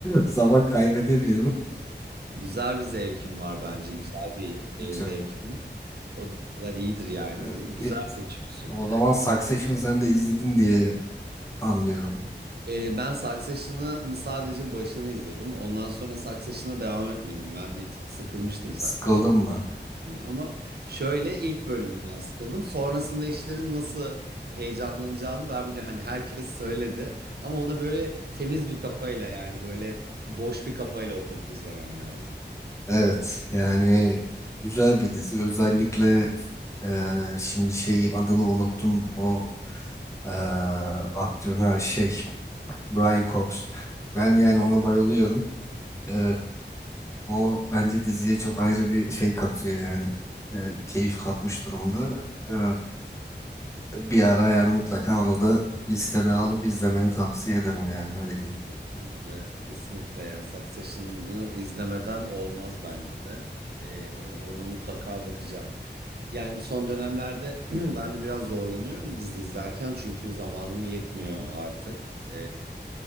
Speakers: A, on the left; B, on the right.
A: zaman kaybedemiyorum.
B: güzel bir zevkim var bence. Güzel bir seyir
A: Çok.
B: zevkim var. O diziler iyidir yani.
A: E,
B: Güzel
A: e,
B: seçiyorsun.
A: O zaman Succession sen de izledin diye anlıyorum.
B: Ee, ben Succession'ın sadece başını izledim. Ondan sonra Succession'a devam etmedim. Ben bir tık sıkılmıştım Succession'ın
A: Sıkıldın mı?
B: ilk. Ama şöyle ilk bölümünden sıkıldım. Sonrasında işlerin nasıl heyecanlanacağını ben biliyorum. Hani herkes söyledi. Ama ona böyle temiz bir kafayla yani böyle boş bir kafayla oturup izlemem lazım.
A: Evet yani güzel bir dizi özellikle e, şimdi şey adını unuttum o e, aktörün ha, şey Brian Cox ben yani
B: Hı.
A: ona bayılıyorum E, o bence diziye çok ayrı bir şey katıyor yani E, keyif katmış durumda E, bir ara yani mutlaka onu da listene alıp izlemeni tavsiye ederim yani öyle diyeyim.
B: Kesinlikle, kesinlikle yani Succession'ı izlemeden olmaz bence de. Ee, o- ona mutlaka bakacağım. Yani son dönemlerde <clears throat> ben de biraz zorlanıyorum dizi izlerken çünkü zamanım yetmiyor artık. Ee,